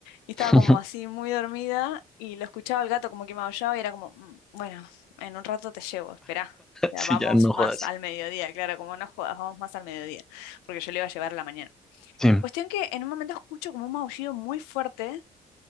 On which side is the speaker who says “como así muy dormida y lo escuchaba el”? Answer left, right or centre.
Left